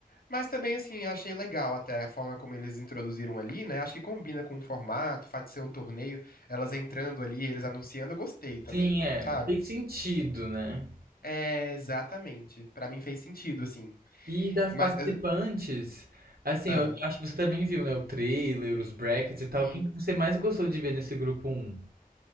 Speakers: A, on the left (about 75°); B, on the right (about 80°).
A: Mas também, assim, achei legal até a forma como eles introduziram ali, né? Acho que combina com o formato, o fato de ser um torneio, elas entrando ali, eles anunciando, eu gostei também,
B: Sim, é,
A: sabe?
B: fez sentido, né?
A: É, exatamente. Pra mim fez sentido, assim.
B: E das
A: Mas,
B: participantes,
A: eh,
B: assim,
A: ah,
B: eu acho que você também viu, né, o trailer, os brackets e tal.
A: sim.
B: Quem que você mais gostou de ver nesse grupo um